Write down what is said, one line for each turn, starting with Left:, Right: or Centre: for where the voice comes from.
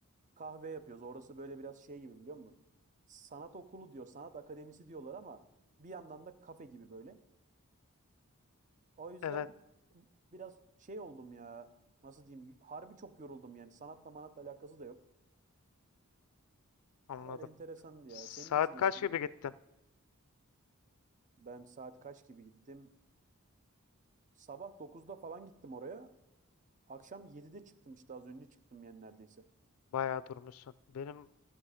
Right: kahve yapıyoruz. Orası böyle biraz şey gibi biliyor musun? Sanat okulu diyor, sanat akademisi diyorlar ama bir yandan da kafe gibi böyle. O yüzden
Left: Evet,
Right: biraz şey oldum ya. Nasıl diyeyim? Harbi çok yoruldum yani. Sanatla manatla alakası da yok.
Left: anladım.
Right: Öyle enteresandı
Left: Saat
Right: ya. Senin nasıl geçti
Left: kaç gibi
Right: gün?
Left: gittin?
Right: Ben saat kaç gibi gittim? Sabah dokuzda falan gittim oraya. Akşam 7'de çıktım işte az önce çıktım yani neredeyse.
Left: Bayağı durmuşsun. Benim